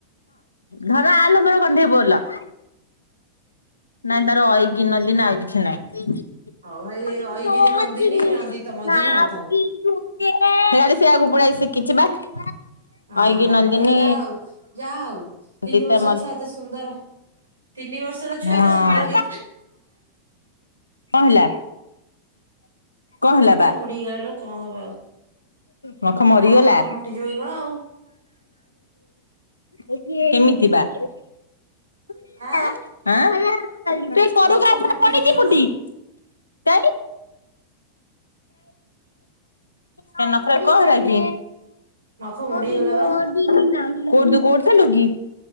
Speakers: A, on the left; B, on the right.
A: ଧନ ଆଲୋ ମୋର କଣ୍ଢେଇ ବୋଲୋ। ନାଇଁ ତାର ଅଇଗିନ ଦିନ ଆଉ କିଛି ନାଇଁ।
B: ହଉ ହେଇ
A: <unintelligible>
B: ଏଇ ଅଇଗିରି
A: <unintelligible>
B: ନନ୍ଦିନୀ ନନ୍ଦିତ
A: ସେ
B: ମଦିନୀ
A: ଆଗକୁ
B: ହଉଥାଉ
A: ପଲେଇ ଆଇଚି ଶିଖିଛି ବା
B: ହଁ
A: ଅଇକି
B: ହଁ
A: ନନ୍ଦିନୀ
B: ଭଲ ଯା ଆଉ ଯା ଆଉ
A: ନନ୍ଦିତା
B: ତିନି ବର୍ଷ ଛୁଆ ଏତେ ସୁନ୍ଦର ତିନି ବର୍ଷର ଛୁଆ
A: ହଁ
B: ଏତେ ସୁନ୍ଦର ଗୀ
A: କଣ ହେଲା? କଣ ହେଲା
B: ନଖ
A: ବା
B: ମୋଡ଼ି ହେଇଗଲା ଲୋ କଣ ହବ ଆଉ।
A: ନଖ ମରିଗଲା?
B: ଆ ନଖ ଫାଟିଯିବ କି କଣ ଆଉ
A: କେମିତି ବା? ଆଁ ତୁ
B: ଆଁ
A: ଏଇ କରକୁ ଆସେନି
B: ନଖ
A: ପଡି଼ଯିବୁ
B: ଫାଟିଯିବ
A: ଟି।
B: କି କଣ?
A: <unintelligible> <unintelligible> କଣ ହେଲାକି
B: ନଖ ମୋଡି
A: କୋଉଠି
B: ହେଇଗଲା ବା
A: ତୁ କୋଉଠି ଥିଲୁ କି?